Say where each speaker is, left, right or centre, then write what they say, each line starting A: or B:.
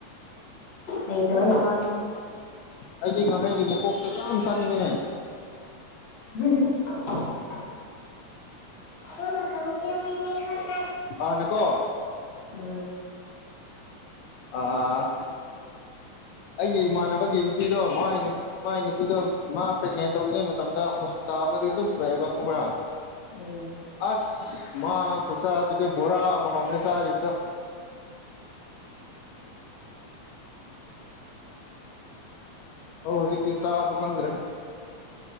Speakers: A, on the left; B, on the left.
A: ꯂꯩꯇꯕ
B: ꯑꯣ
A: ꯏ ꯋꯥꯅꯤ
B: ꯑꯩꯗꯤ ꯉꯍꯩꯒꯤ ꯃꯀꯣꯛꯇ ꯌꯥꯝ ꯆꯥꯅꯤꯡꯉꯤꯅꯦ
A: ꯎ ꯍꯅ ꯁꯪ ꯀ ꯃꯤꯃꯤ ꯈꯥꯟꯅ
B: ꯑꯅꯦꯀꯣ
A: ꯎꯝ
B: ꯑ ꯑꯩꯒꯤ ꯏꯃꯥꯟꯅꯕꯒꯤ ꯅꯨꯄꯤꯗꯣ ꯃꯥꯥꯏꯅꯨ ꯃꯥꯏ ꯅꯨꯄꯤꯗꯣ ꯃꯥ ꯄ꯭ꯔꯦꯒꯅꯦꯟ ꯇꯧꯔꯤꯉꯩ ꯃꯇꯝꯗ ꯍꯣꯁꯄꯤꯇꯥꯜ ꯑꯃꯗꯤꯗꯒꯤ ꯑꯗꯨꯝ ꯄꯨꯔꯛꯑꯦꯕ ꯈꯪꯕ꯭ꯔꯥ
A: ꯎꯝ
B: ꯑꯁ ꯃꯥꯆꯥꯥ ꯑꯗꯨꯗꯤ ꯕꯣꯔꯥ ꯑꯃꯃꯝꯅ ꯆꯥꯔꯤꯕꯗꯣ ꯑ ꯍꯧꯖꯤꯛꯇꯤ ꯆꯥꯕ ꯈꯪꯗ꯭ꯔꯦ